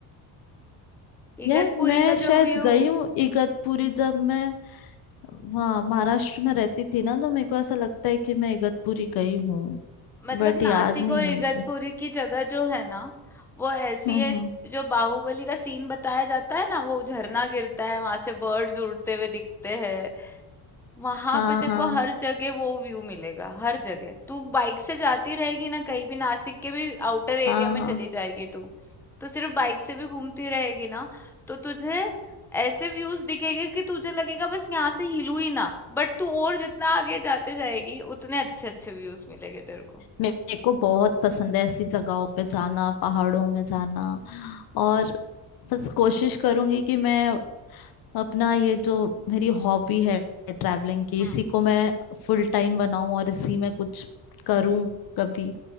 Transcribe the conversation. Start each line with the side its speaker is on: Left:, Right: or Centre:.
Centre: इगतपुरी
Left: यार मैं
Centre: का
Left: शायद
Centre: जो व्यू
Left: गई हूँ इगतपुरी जब मैं वहाँ महाराष्ट्र में रहती थी ना तो मेरे को ऐसा लगता है कि मैं इगतपुरी गई हूँ
Centre: मतलब
Left: बट
Centre: नासिक
Left: याद नहीं
Centre: और
Left: है
Centre: इगतपुरी
Left: मुझे
Centre: की जगह जो है ना वो ऐसी
Left: हम्म
Centre: है
Left: हम्म
Centre: जो बाहुबली का सीन बताया जाता है ना वो झरना गिरता है वहां से बर्ड्स उड़ते हुए दिखते हैं वहां
Left: हाँ
Centre: पे देखो
Left: हाँ
Centre: हर जगह वो व्यू मिलेगा हर जगह तू बाइक से जाती रहेगी ना कहीं भी नासिक के भी आउटर एरिया
Left: हाँ
Centre: में
Left: हाँ
Centre: चली जाएगी तू तो सिर्फ बाइक से भी घूमती रहेगी ना तो तुझे ऐसे व्यूज दिखेंगे कि तुझे लगेगा बस यहाँ से हिलू ही ना बट तू और जितना आगे जाते जाएगी उतने अच्छे अच्छे व्यूज मिलेंगे तेरे को
Left: मे- मेरे को बहुत पसंद है ऐसी जगहों पे जाना पहाड़ों में जाना और बस कोशिश करूंगी कि मैं अपना ये जो मेरी हॉबी है ट्रैवलिंग की
Centre: हम्म
Left: इसी को मैं फुल टाइम बनाऊं और इसी में कुछ करूं कभी